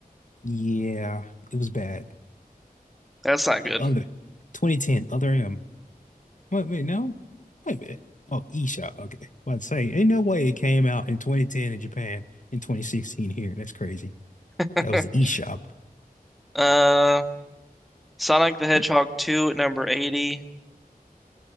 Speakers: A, on the left; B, in the centre.
A: Yeah, it was bad.
B: that's not good.
A: Other 2010, other M. Wait, wait, no. Wait a minute. Oh, eShop. Okay. Well, I'd say, ain't no way it came out in 2010 in Japan and 2016 here. That's crazy.
B: <laughs>
A: That was the eShop.
B: Uh, Sonic the Hedgehog
A: Oh,
B: 2 at number 80